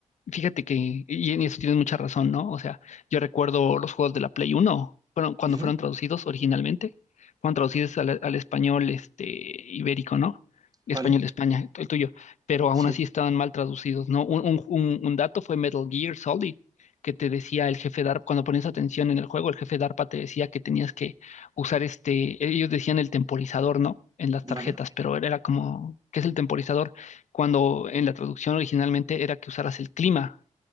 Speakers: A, on the left; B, on the right.
A: Fíjate que, y en eso tienes mucha razón, ¿no? O sea, yo recuerdo los juegos de la Play Uno, bueno, cuando
B: Ujú,
A: fueron traducidos originalmente, fueron traducidos al, al español este, ibérico, ¿no? Español
B: Vale,
A: de España, el tuyo, pero
B: sí,
A: aún así estaban mal traducidos, ¿no? Un, un- un- un dato fue Metal Gear Solid, que te decía el jefe DARPA, cuando ponías atención en el juego, el jefe DARPA te decía que tenías que usar este, ellos decían el temporizador, ¿no? En las
B: vale.
A: tarjetas, pero era era como, ¿qué es el temporizador? cuando en la traducción originalmente era que usaras el clima